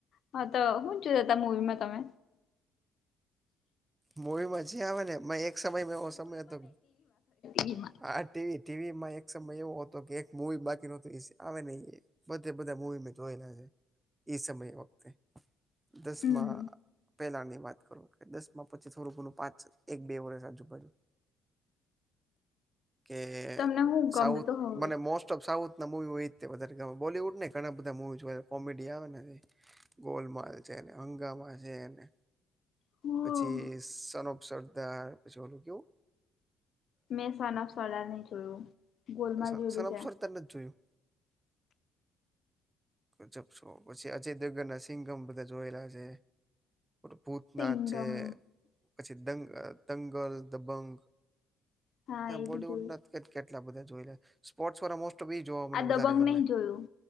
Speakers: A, on the left (about 60°); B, on the right (about 20°).
A: હા, તો હું જોતા મુવીમાં તમે?
B: મુવી માં જે આવે ને, એક સમયમાં એવો સમય હતો.
A: એમાં.
B: હા, ટીવી ટીવી માં એક સમય એવો હતો કે એક મુવી બાકી ન આવે નહી. બધે બધા મુવી મેં જોયેલા છે એ સમય વખતે. દસમાં.
A: હમ
B: પેલા ની વાત કરો કે, દસ માં પછી થોડું ઘણું પાંચ એક બે, ઓર આજુબાજુ કે
A: તમને હું ગમતું
B: સાઉથ,
A: તું હવે
B: મને મોસ્ટ ઓફ સાઉથ. <unintelligible> ના, મુવી હોય વધારે બોલીવુડ ને ઘણા બધા મુવી કોમેડી આવે. ગોલમાલ છેને, હંગામા છેને.
A: હું
B: પછી સન ઓફ સરદાર, પછી ઓલું કેવું?
A: મેં સનફ સરદાર નહીં જોયું. ગોલમાલ
B: સન
A: જોયેલું
B: સનફ
A: છે
B: સરદાર નથી જોયું. જપો પછી અજય દગ્ગ ના સિંગમ બધા જોયેલા છે. ભૂતનાથ
A: સિંગમ
B: છે. પછી દંગ દંગલ, દબંગ
A: હા
B: આ
A: એ
B: બોલીવુડના
A: બી જોયું છે
B: તો કેટ કેટ એટલા બધા જોઈલા. સ્પોર્ટ વારા મોસ્ટ તો બી ઈ જોવા મને
A: આ દબંગ
B: વધારે ગમે.
A: નહી જોયું